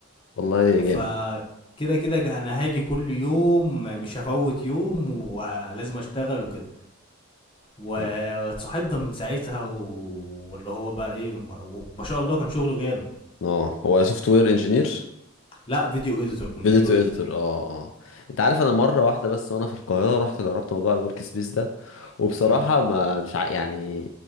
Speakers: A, on the left; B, on the left.
A: والله جامد
B: فكده كده جه- انا هاجي كل يوم مش هفوت يوم ولازم اشتغل وكده واتصاحبنا
A: مم.
B: من ساعتها و... واللي هو بقى ايه ما- وما شاء الله كان شغله جامد
A: اه هو سوفت وير انجينير
B: لا فيديو اديتور كان
A: اديتور
B: فيديو اديتور
A: اديتور اه اه انت عارف انا مره واحده بس وانا في القاهره رحت جربت موضوع الورك سبيس ده وبصراحه
B: امم
A: ما مش ع... يعني